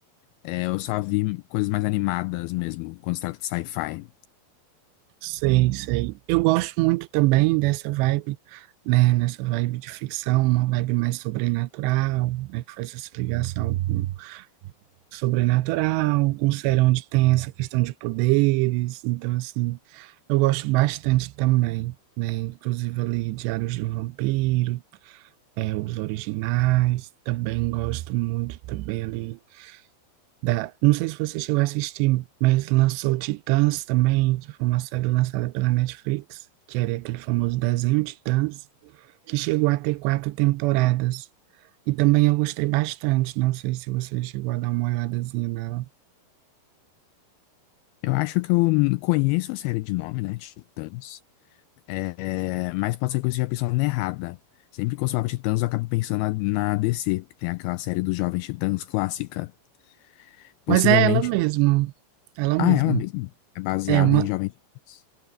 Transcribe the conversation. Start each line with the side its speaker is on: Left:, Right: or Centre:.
Left: É, eu só vi coisas mais animadas mesmo, quando se trata de sci-fi.
Right: Sei, sei. Eu gosto muito também dessa vibe, né? Nessa vibe de ficção, uma vibe mais sobrenatural, né? Que faz essa ligação com sobrenatural, com um série onde tem essa questão de poderes. Então, assim, eu gosto bastante também, né? Inclusive ali Diários de um Vampiro. é, os originais. Também gosto muito também ali da. Não sei se você chegou a assistir, mas lançou Titãs também, que foi uma série lançada pela Netflix, que era aquele famoso desenho Titãs, que chegou a ter quatro temporadas. E também eu gostei bastante. Não sei se você chegou a dar uma olhadazinha nela.
Left: Eu acho que eu conheço a série de nome, né? Titãs. É, mas pode ser que eu esteja pensando errada. Sempre que eu falava Titãs, eu acabo pensando na, na DC, que tem aquela série dos Jovens Titãs clássica. Possivelmente.
Right: Mas é ela mesma. Ela mesma.
Left: Ah, é ela mesma. É baseada
Right: É uma,
Left: em Jovens Titãs.